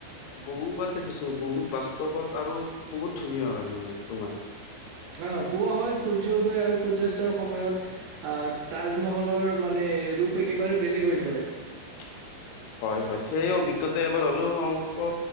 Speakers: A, on the left; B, on the right.
A: বহুবাৰ দেখিছো বহুত বাস্ত পত আৰু বহুত ধুনীয়া হয় মানে তোমাৰ।
B: অ' কোৱা হয় সূৰ্য উদয় আৰু সূৰ্যয়াস্তৰ সময়ত আহ তাজমহলৰ মানে। ৰূপ একেবাৰে বেলেগ হৈ পৰে।
A: <unintelligible> হয়, হয়, সেয়ে অভিজ্ঞতা এবাৰ হ'লেও অংশ